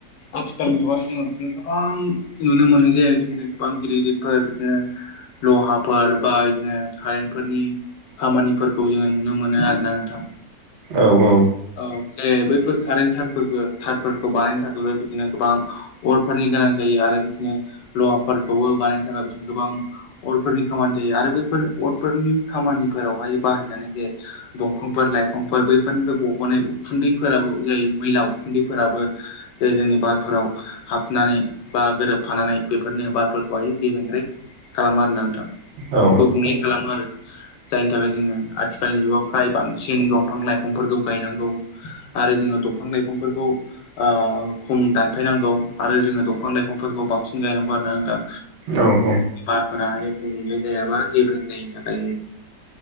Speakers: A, on the left; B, on the right.
A: आथिखालनि जुगानो जोङो बिदिनो गोबां नुनो मोननाय जाया बिदिनो बामगिरििर गगिरिफोर बिदिनो लहाफोर बा बिदिनो कारेन्टफोरनि खामानिफोरखौ जोङो नुनो मोनो आरोोना नोंथां
B: औ औ
A: जे बैफोर कारेन्ट थारफोरखौ थारफोरखौ बानायनो थाखायबो बिदिनो गोबां अरफोरनि गोनां जायो आरो बिदिनो लहाफोरखौबो बानायनो थाखाय गोबां अरफोरनि खामानि जायो आरो बैफोर अरफोरनि खामानिफोरावहाय बाहायजानाय जे दंफांफोर लाइफांफोर बैफोरनिफ्राय गबोननाय उखुन्दैफोराबो जायो मैला उखुन्दैफोराबो जे जोंनि बारफोराव हाबनानै बा गोरोबफानानै बेफोरनो बारफोरखौहाय गेबेंरे खालामो खालामो आरो नोंथां गुबुंले
B: औ
A: खालामो आरो जायनि थाखाय जोङो आथिखालनि जुगाव फ्राय बांसिन दंफां लाइफांफोरखौ गायनांगौ आरो जोङो दंफां लाइफां दफांफोरखौ ओ खम दानफायनांगौ आरो जोङो दंफां लाइफांफोरखौ बांसिन गायनांगौ आरो ना नोंथां
B: औ औ
A: सार फोराय गुबुंले जायाबा गेब्रें जायिनि थाखाय